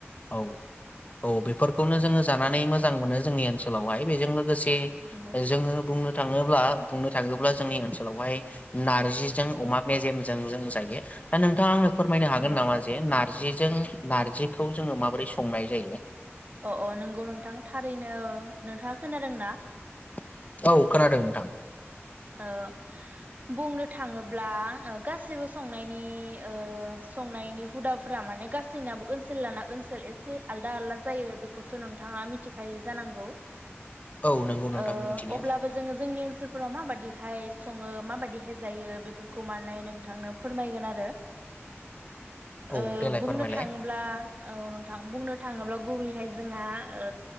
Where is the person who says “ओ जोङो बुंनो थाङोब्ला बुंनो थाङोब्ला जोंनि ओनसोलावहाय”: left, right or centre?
Left